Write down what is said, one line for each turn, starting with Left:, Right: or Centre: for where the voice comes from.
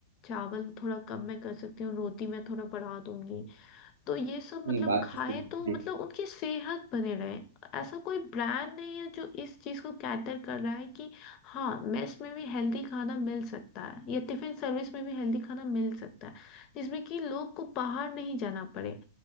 Left: चावल थोड़ा कम मैं कर सकती हूँ रोटी मैं थोड़ा बढ़ा दूंगी तो ये सब मतलब
Right: नहीं बात
Left: खाए
Right: तो सही है
Left: तो
Right: जी
Left: मतलब उनकी सेहत बने रहे ऐसा कोई ब्रांड नहीं है जो इस चीज को कैटर कर रहा है कि हाँ मेस में भी हेल्दी खाना मिल सकता है या टिफिन सर्विस में भी हेल्दी खाना मिल सकता है जिसमें कि लोग को बाहर नहीं जाना पड़े